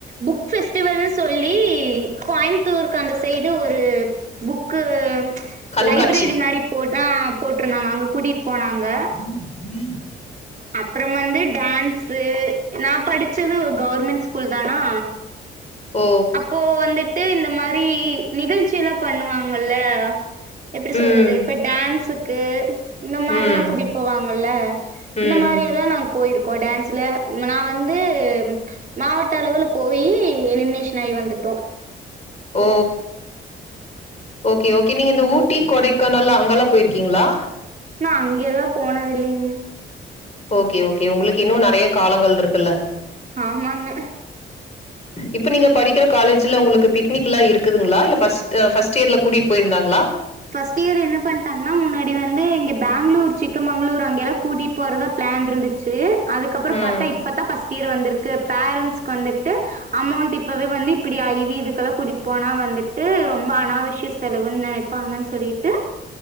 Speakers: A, on the right; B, on the left.
A: புக் ஃபெஸ்ட்டிவல்னு சொல்லி கோயம்த்தூருக்கு அந்த சைடு ஒரு புக்கு
B: கண்காட்சி
A: லைப்ரரி மாரி போட் ஆ போட்ருந்தாங்க அங்க கூட்டிட் போனாங்க
B: ம் ம்
A: அப்றம் வந்து டான்ஸு நா படிச்சது ஒரு கவ்ர்மெண்ட் ஸ்கூல் தானா
B: ஓ
A: இப்போ வந்துட்டு இந்த மாரி நிகழ்ச்சிலா பண்ணுவாங்கல்ல எப்டி சொல்றது
B: ம்
A: இப்ப டான்ஸுக்கு இந்த மாரிலா
B: ம்
A: கூட்டிட் போவாங்கல இந்த
B: ம்
A: மாரியலா நாங் க பொயிருக்கோ டான்ஸ்ல நா வந்து மாவட்ட அளவில போயி எலிமினேஷன் ஆய் வந்துட்டோ
B: ஓ ஓகே ஓகே நீங்க இந்த ஊட்டி கொடைக்கானல் அங்கெல்லா பொயிருக்கீங்ளா
A: நா அங்க எல்லா போனது இல்லிங்
B: ஓகே ஓகே உங்ளுக்கு இன்னு நறைய காலங்கள்ருக்குல்ல
A: ஆமாங்க
B: இப்ப நீங்க படிக்கிற காலேஜ்ல உங்களுக்கு பிக்னிக் எல்லா இருக்குதுங்ளா இல்ல ஃபஸ் ஃபஸ்ட்டு இயர்ல கூட்டிட்டு பொயிருந்தாங்லா
A: ஃபஸ்ட்டு இயர் என்ன பண்ட்டாங்ன்னா முன்னாடி வந்து இங்க பேங்ளூர் சிக்கமங்ளூர் அங்கெல்லா கூட்டிட் போறதா பிளான் இருந்துச்சு அதுக்கப்றோ
B: ம்
A: பாத்தா இப்பதா ஃபஸ்ட் இயர் வந்ருக்கு பேரண்ட்ஸ்க்கு வந்துட்டு அமௌண்ட் இப்பவே வந்து இப்டி ஐ வி இதுக்கெல்லா கூட்டிட் போனா வந்துட்டு ரொம்ப அனாவசிய செலவுன்னு நெனைச் பாங்கான் சொல்லிட்டு